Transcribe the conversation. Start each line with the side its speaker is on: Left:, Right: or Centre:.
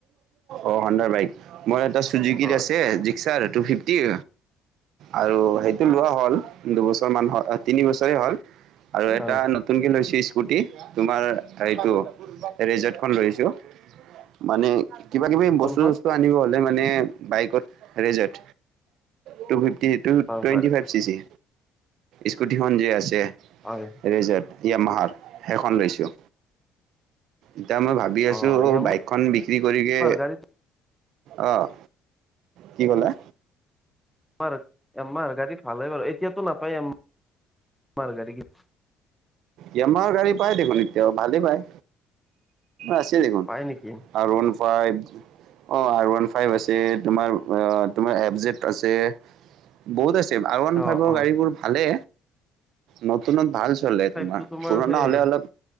Right: অ হণ্ডাৰ বাইক, মোৰ এটা চুজুকী
Centre: হয়
Right: আছে টু ফিফটিৰ, আৰু সেইটো লোৱা হ'ল দুবছৰমান তিনিবছৰেই হ'ল। আৰু এটা
Centre: হয়
Right: নতুনকে লৈছিল স্কুটি তোমাৰ সেইটো ৰেজৰ্টখন লৈছোঁ মানে কিবা-কিবি
Centre: কোনখন
Right: বস্তু চস্তু আনিব হলে মানে বাইকত ৰেজট টু ফিফ টি টু
Centre: হয়
Right: টুৱেণ্টি
Centre: হয়
Right: ফাইভ চি চি স্কুটিখন যে আছে। ৰেজাট
Centre: হয়
Right: য়ামাহাৰ সেইখন লৈছোঁ। এতিয়া মই ভাবি আছো
Centre: অ য়ামাহাৰ
Right: বাইকখন বিক্ৰী কৰিকে
Centre: গাড়ী
Right: অহ, কি ক'লা?
Centre: য়ামাৰ, য়ামাৰ গাড়ীত ভালে হ'ল, এতিয়াতো নাপায় য়ামাৰ গাড়ী।
Right: য়ামাহৰ গাড়ী পায় দেখোন এতিয়াও ভালেই পায়। আছিল দেখোন।
Centre: পাই নেকি
Right: আৰ ওৱান ফাইভ, অ আৰ ওৱান ফাইভ আছে তোমাৰ তোমাৰ এফ জেদ আছে, বহুত আছে। ভ, আৰ ওৱান
Centre: অ অ
Right: ফাইভৰ গাড়ীবোৰ ভালে। নতুনত ভাল চলে।
Centre: তো তোমাৰ
Right: পুৰণা
Centre: সেই,
Right: হ'লে অলপ